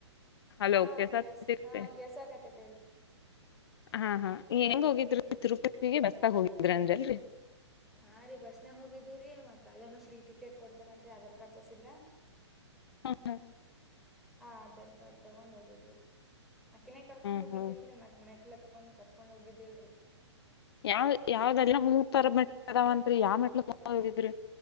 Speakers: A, on the left; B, in the centre.
A: ಹಲೋ
B: ಹಾ
A: ಕೇಳ್ಸಾತದ್ರಿ
B: ಕೆಲ್ಸ ಹಾ ಕೆಲ್ಸ ಆಕತತಿ ಹೇಳ್ರಿ
A: ಹಾ ಹಾ ಹೆಂಗ ಹೋಗಿದ್ರರು ತಿರುಪತಿಗೆ ಬಸ್ಗ ಹೋಗಿದ್ರ ಅನ್ಲ್ರರಿ
B: ಹಾ ರೀ ಬಸ್ನ ಹೋಗಿದ್ದುರೀ ಮತ್ ಅಲ್ಲೇನ ಫ್ರೀ ಟಿಕೆಟ್ ಕೊಡ್ತಾರಂತರಿ ಆಧಾರ್ ಕಾರ್ಡ್ ತೋರ್ಸಿದ್ರ
A: ಹ್ಮ ಹಾ
B: ಹಾ ಆಧಾರ್ ಕಾರ್ಡ್ ತಗೊಂಡ್ ಹೋಗಿದವಿ ರೀ ಆಕಿನೇ ಕರ್ಕೊಂಡ್
A: ಹ್ಮ್
B: ಹೋಗಿದ್ದಿಲ್ರರಿ
A: ಹ್ಮ್
B: ಮತ್ ಮೆಟ್ಲ ಕತ್ಕೊಂಡು ಕರ್ಕೊಂಡು ಹೋಗಿದ್ದೇಳರಿ
A: ಯಾವ ಯಾವ್ದಲ್ಲ ಮೂರ್ ತರ ಮದಾವತ್ರಿ ಯಾವ ಮೆಟ್ಲು ದಾಗ ಹೋಗಿದ್ರಿ